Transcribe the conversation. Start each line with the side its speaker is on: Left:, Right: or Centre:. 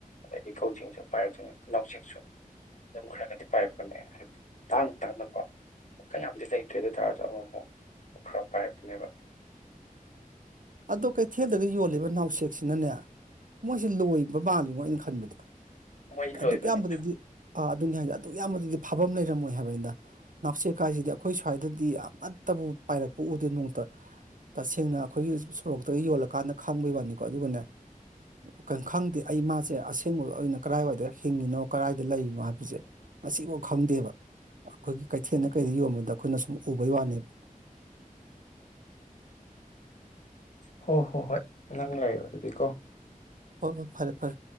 Left: ꯑꯗꯒꯤ ꯀꯧꯖ‌ꯦꯡꯁꯨ ꯄꯥꯏꯔꯛꯇꯣꯏꯅꯤ ꯏꯅꯥꯎꯁ‌ꯦꯛꯁꯨ ꯑꯗꯨꯝ ꯈꯔ ꯈꯔꯒꯗꯤ ꯄꯥꯏꯔꯛꯄꯅꯦ ꯍꯥꯏꯕꯗꯤ ꯇꯥꯡ ꯇꯥꯡꯅꯀꯣ ꯀꯌꯥꯝꯗꯤ ꯂꯩꯇ꯭ꯔꯦ ꯑꯗꯨ ꯑꯣꯏꯇꯥꯥꯔꯁꯨ ꯑꯃꯨꯛ ꯑꯃꯨꯛ ꯈꯔ ꯄꯥꯏꯔꯛꯄꯅꯦꯕ
Right: ꯑꯗꯣ ꯀꯩꯊꯦꯜꯗꯒ ꯌꯣꯜꯂꯤꯕ ꯅꯥꯎꯁꯦꯛꯁꯤꯅꯅꯦ ꯃꯣꯏꯁꯤ ꯂꯣꯏꯕ ꯃꯜꯂꯤꯉꯣ ꯑꯩꯅ ꯈꯟꯕꯗ
Left: ꯃꯣꯏꯗꯤ
Right: ꯑꯗꯨꯛ
Left: ꯂꯣꯏꯕꯅꯦ
Right: ꯌꯥꯝꯕꯗꯨꯗꯤ ꯑꯥ ꯑꯗꯨꯅꯤ ꯍꯥꯏꯁꯦ ꯑꯗꯨꯛ ꯌꯥꯝꯕꯗꯨꯗꯤ ꯐꯥꯐꯝ ꯂꯩꯔꯝꯃꯣꯏ ꯍꯥꯏꯕꯅꯤꯗ ꯅꯥꯎꯁꯦꯛ ꯀꯥꯏꯁꯤꯗꯤ ꯑꯩꯈꯣꯏ ꯁ꯭ꯋꯥꯏꯗꯗꯤ ꯑꯃꯠꯇꯕꯨ ꯄꯥꯏꯔꯛꯄ ꯎꯗꯦ ꯅꯣꯡꯃꯇ ꯇꯁꯦꯡꯅ ꯑꯩꯈꯣꯏꯒꯤ ꯁꯣꯔꯣꯛꯇꯒ ꯌꯣꯜꯂꯀꯥꯟꯗ ꯈꯥꯡꯕꯩ ꯋꯥꯅꯤꯀꯣ ꯑꯗꯨꯒꯅꯦ ꯀꯩ ꯈꯪꯗꯦ ꯑꯩ ꯃꯥꯁꯦ ꯑꯁꯦꯡꯕ ꯑꯩꯅ ꯀꯗꯥꯥꯏꯋꯥꯏꯗ ꯍꯤꯡꯉꯤꯅꯣ ꯀꯗꯥꯥꯏꯗ ꯂꯩꯔꯤꯅꯣ ꯍꯥꯏꯕꯁꯦ ꯉꯁꯤꯐꯥꯎ ꯈꯪꯗꯦꯕ ꯑꯩꯈꯣꯏꯒꯤ ꯀꯩꯊꯦꯜꯗ ꯀꯩꯗ ꯌꯣꯟꯕꯗ ꯑꯩꯈꯣꯏꯅ ꯁꯨꯝ ꯎꯕꯩ ꯋꯥꯅꯦꯕ
Left: ꯍꯣ ꯍꯣ ꯍꯣꯏ ꯅꯪ ꯂꯩꯔ‌ꯣ ꯑꯗꯨꯗꯤ ꯀꯣ
Right: ꯍꯣꯏ ꯍꯣꯏ ꯐꯔꯦ ꯐꯔꯦ